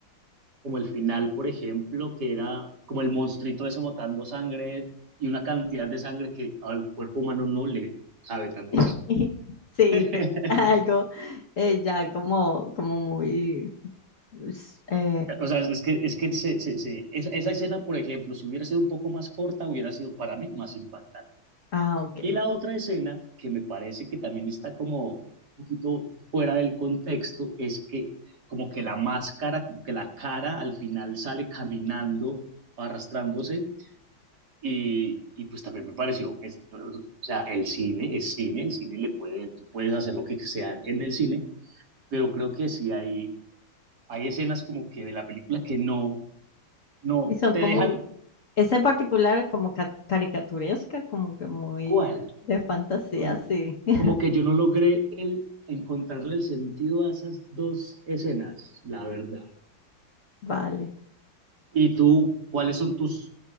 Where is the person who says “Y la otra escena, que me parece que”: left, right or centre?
Right